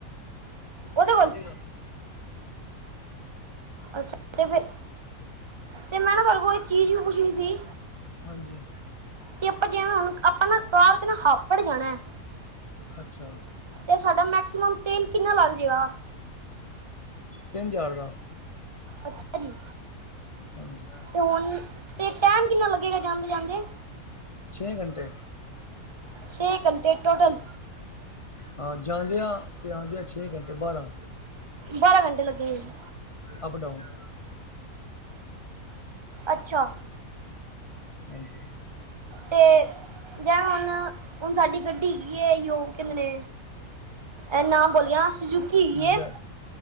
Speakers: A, on the right; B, on the left.
A: ਉਹਦੇ ਕੋਲ
B: <inaudible>
A: ਅੱਛਾ ਤੇ ਫਿਰ, ਤੇ ਮੈਂ ਨਾ ਤੁਹਾਡੇ ਕੋਲ ਇਕ ਚੀਜ਼ ਵੀ ਪੁੱਛਣੀ ਸੀ
B: ਹਾਂਜੀ
A: ਤੇ ਆਪਾਂ ਜਿਵੇਂ ਹੁ ਆਪਾਂ ਨਾ ਕਾਰ ਤੇ ਨਾ ਹਾਪੜ ਜਾਣਾ ਹੈ
B: ਅੱਛਾ
A: ਤੇ ਸਾਡਾ ਮੈਕਸੀਮਮ ਤੇਲ ਕਿੰਨਾ ਲੱਗ ਜਾਏਗਾ।
B: ਤਿੰਨ ‌‍ਹਜਾਰ ਦਾ
A: ਅੱਛਾ ਜੀ
B: ਹਾਂਜੀ
A: ਤੇ ਤੇ ਟਾਈਮ ਕਿੰਨਾ ਲੱਗੇਗਾ ਜਾਂਦੇ- ਜਾਂਦੇ
B: ਛੇ ਘੰਟੇ
A: ਛੇ ਘੰਟੇ ਟੋਟਲ।
B: ਹਾਂ, ਜਾਂਦਿਆ ਤੇ ਆਉਂਦਿਆ ਛੇ ਘੰਟੇ, ਬਾਰਾਂ।
A: ਬਾਰਾਂ ਘੰਟੇ ਲੱਗੇ ਹੋਏ ਨੇ।
B: Up down.
A: ਅੱਛਾ
B: ਹਾਂਜੀ।
A: ਤੇ ਜਾਣਾ ਹੁਣ, ਹੁਣ ਸਾਡੀ ਗੱਡੀ ਕੀ ਹੈ, ਯੋ ਕਿਧਰੇ ਏ ਨਾਮ ਭੁੱਲ ਗਿਆ ਹਾਂ। ਸੁਜੂਕੀ ਹੈਗੀ
B: ਵੀਜ਼ਾ
A: ਹੈ,